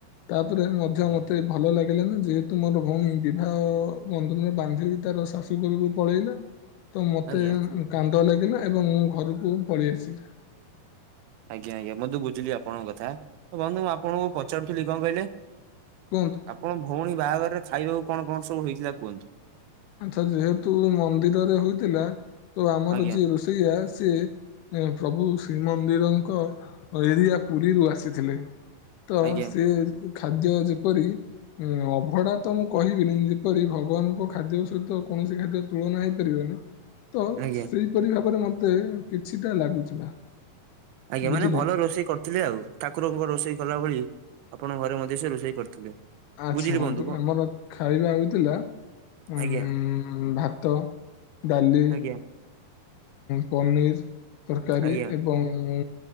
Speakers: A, on the left (about 80°); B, on the right (about 80°).
A: ତାପରେ ମଧ୍ୟ
B: ଆଜ୍ଞା
A: ମୋତେ ଭଲ ଲାଗିଲା ନା ଯେହେତୁ ମୋର ଭଉଣୀ ବିବାହ, ବନ୍ଧନରେ ବାନ୍ଧି ହୋଇ ତାର ଶାଶୁଘରକୁ ପଳେଇଲା। ତ ମତେ
B: ଆଜ୍ଞା।
A: ଉଁ କାନ୍ଦ ଲାଗିଲା, ଏବଂ ମୁଁ ଘରକୁ ପଳେଇ ଆସିଲି।
B: ଆଜ୍ଞା, ଆଜ୍ଞା, ମୁଁ ତ ବୁଝିଲି ଆପଣଙ୍କ କଥା, ବନ୍ଧୁ ମୁଁ ଆପଣଙ୍କୁ ପଚାରୁଥିଲି କଣ କହିଲେ?
A: କୁହନ୍ତୁ
B: ଆପଣ ଭଉଣୀ ବାହାଘରରେ ଖାଇବାକୁ କଣ, କଣ ସବୁ ହେଇଥିଲା କୁହନ୍ତୁ।
A: ଆଚ୍ଛା ଯେହେତୁ ମନ୍ଦିରରେ ହୋଉଥିଲା ତ ଆମର
B: ଆଜ୍ଞା
A: ଯିଏ ରୋଷେଇଆ ସିଏ ହଁ, ପ୍ରଭୁ ଶ୍ରୀମନ୍ଦିରଙ୍କ ଏରିଆ ପୁରୀରୁ ଆସିଥିଲେ। ତ
B: ଆଜ୍ଞା
A: ସେ ଖାଦ୍ୟ ଯେପରି ଅଭଡା ତ ମୁଁ କହିବିନି ଯେପରି ଭଗବାନଙ୍କ ଖାଦ୍ୟ ସେତ କୌଣସି ଖାଦ୍ୟ ତୁଳନା ହେଇପାରିବନି ତ
B: ଆଜ୍ଞା।
A: ସେଇ ପରି ଭାବରେ ମତେ କିଛିଟା ଲାଗୁଥିଲା।
B: ଆଜ୍ଞା
A: ବୁଝିଲେ
B: ମାନେ ଭଲ
A: କି?
B: ରୋଷେଇ କରୁ ଥିଲେ ଆଉ, ଠାକୁରଙ୍କ ରୋଷେଇ କଲା ଭଳି ଆପଣଙ୍କ ଘରେ ମଧ୍ୟ ସେ ରୋଷେଇ କରିଥିଲେ।
A: ଆଚ୍ଛା,
B: ବୁଝିଲି
A: ଵଦ୍ଧୁ
B: ବନ୍ଧୁ ବ-
A: ଆମର ଖାଇବା ହଉଥିଲା ଉଁ
B: ଆଜ୍ଞା
A: ଭାତ ଡାଲି
B: ଆଜ୍ଞା
A: ପନିର ତରକାରୀ
B: ଆଜ୍ଞା
A: ଏବଂ ଉଁ